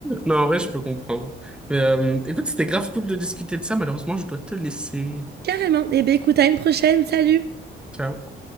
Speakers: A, in the centre; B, on the right.
A: Non, en vrai, je peux comprendre. Mais euh, écoute, c'était grave cool de discuter de ça. Malheureusement, je dois te laisser.
B: Carrément. Eh bien, écoute, à une prochaine. Salut.
A: Ciao.